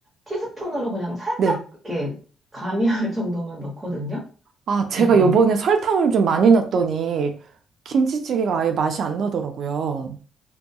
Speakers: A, on the right; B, on the right.
A: 티스푼으로 그냥 살짝
B: 네.
A: 이렇게 가미할 <laughs> 정도만 넣거든요.
B: 아, 제가
A: 음, 네.
B: 요번에 설탕을 좀 많이 넣었더니 김치찌개가 아예 맛이 안 나더라고요.